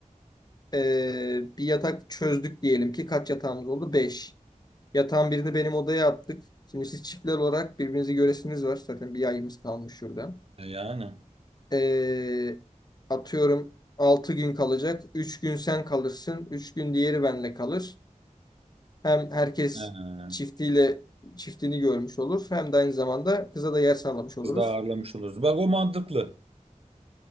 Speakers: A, on the left; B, on the right.
A: Ee, bir yatak çözdük diyelim ki kaç yatağımız oldu? beş. Yatağın birini benim odaya attık. Şimdi siz çiftler olarak birbirinizi göresiniz var. Zaten bir ayımız kalmış şurada.
B: E Yani.
A: Ee, atıyorum 6 gün kalacak. 3 gün sen kalırsın. 3 gün diğeri benle kalır. Hem herkes
B: He.
A: çiftiyle çiftini görmüş olur. Hem de aynı zamanda kıza da yer sağlamış oluruz.
B: Biz daha ağırlamış oluruz. Bak o mantıklı.